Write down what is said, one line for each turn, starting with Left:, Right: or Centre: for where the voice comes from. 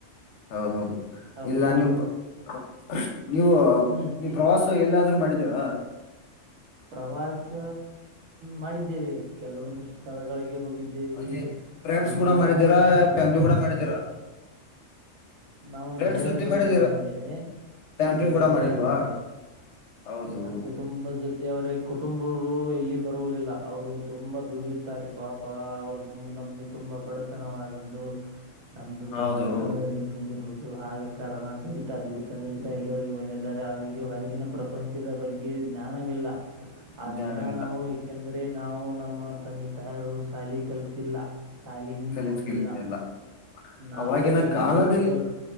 Left: ಹೌದು ಹೌದು
Right: ಹೌದಲ್ವಾ
Left: ಇಲ್ಲ ನೀವು <inaudible> ನೀವು
Right: ಹ್ಞೂ
Left: ನೀ ಪ್ರವಾಸ ಎಲ್ಲಾದ್ರರು ಮಾಡಿದ್ದೀರಾ
Right: ಪ್ರವಾಸ ಮಾಡಿದ್ದೇವೆ ಕೆಲವೊಂದಷ್ಟು ಸ್ಥಳಗಳಿಗೆ ಹೋಗಿದ್ದೇವೆ
Left: ಅದೇ ಫ್ರೆಂಡ್ಸ್
Right: ಅಂದ್ರೆ
Left: ಕೂಡ ಮಾಡಿದ್ದೀರಾ
Right: ಆ ಸ್ಥಳದ
Left: ಫ್ಯಾಮಿಲಿ ಕೂಡ ಮಾಡಿದ್ದೀರಾ
Right: ನಾವು
Left: ಫ್ರೆಂಡ್ಸ್
Right: ಗೆಳೆಯರ
Left: ಜೊತೆ
Right: ಜೋಡಗೆ
Left: ಮಾಡಿದ್ದೀರಾ
Right: ಮಾಡಿದ್ದೇವೆ
Left: ಫ್ಯಾಮಿಲಿ
Right: ಗೆಳ
Left: ಕೂಡ
Right: ಗೆಳೆಯರ
Left: ಮಾಡಿಲ್ವಾ
Right: ಜೊತೆ
Left: ಹೌದು
Right: ಕುಟುಂಬದ ಜೊತೆವರೇ ಕುಟುಂಬರು ಎಲ್ಲಿ ಬರುವುದಿಲ್ಲ ಅವರು ತುಂಬಾ ದುಡಿಯುತ್ತ ತ್ತಾರೆ ಪಾಪ ಅವರು ನ ನಮ್ಮು ನಮ್ದು ತುಂಬ ಬಡತನವಾದದ್ದು ನಮ್ದು
Left: ಹೌದು
Right: ಬಡತನದಲ್ಲಿ ಬಂದಿರುವುದು ಹಾಗ ಕಾರಣ ದುಡಿತಾ ದುಡಿತಾ ದುಡಿತಾ ಇಲ್ಲಿವಗೆ ಬಂದಿದ್ದಾರೆ ಅವರಿಗೆ ಹೊರಗಿನ ಪ್ರ ಪ್ರಪಂಚದ ಬಗ್ಗೆ ಜ್ಞಾನವಿಲ್ಲ ಆ
Left: ಜ್ಞಾನವಿಲ್ಲ
Right: ಜ್ಞಾನವು ಏಕೆಂದರೆ ಅದೇ ನಾವು ನಮ್ಮ ತಂದೆ ತಾಯಿರು ಸಾಲಿ ಕಲ್ತಿಲ್ಲ ಶಾಲಿ ಹಿಂದ
Left: ಕಲಿತ್
Right: ಹೋಗಿಲ್ಲ
Left: ಕಲಿತ ಎಲ್ಲ
Right: ನಾವು
Left: ಅವಾಗಿನ
Right: ಕಲೀಲಿ
Left: ಕಾಲದಲ್ಲಿ
Right: ದೊಡ್ಡೋರು